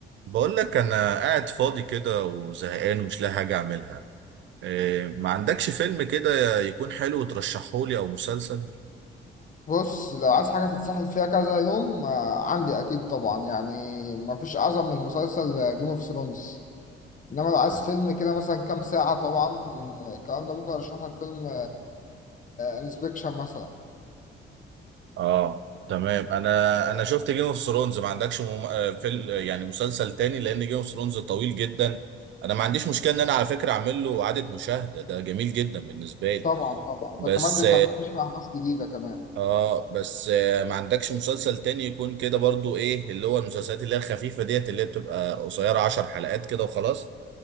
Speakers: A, on the right (about 70°); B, on the left (about 40°).
A: بقول لك انا قاعد فاضي كده وزهقان ومش لاقي حاجه اعملها إيه ما عندكش فيلم كده يكون حلو ترشحه لي او مسلسل
B: بص لو عايز حاجة تتسحل فيها كذا يوم آه، عندي أكيد طبعا يعني مفيش أعظم من مسلسل جيم اوف ثرونز إنما لو عايز فيلم كده مثلا كام ساعة طبعا آه، الكلام ده ممكن أرشح لك فيلم انسبكشن مثلا
A: اه تمام انا انا شفت جيم اوف ثرونز ما عندكش مم... آه، فيل... يعني مسلسل تاني لان جيم اوف ثرونز طويل جدا انا ما عنديش مشكله ان انا على فكره اعمل له اعاده مشاهده ده جميل جدا بالنسبه لي
B: طبعا طبعا
A: بس
B: ده كمان ده أنت هتكتشف أحداث جديدة كمان
A: اه بس آه، ما عندكش مسلسل تاني يكون كده برضو ايه اللي هو المسلسلات اللي هي الخفيفه ديت اللي هي بتبقى قصيره 10 حلقات كده وخلاص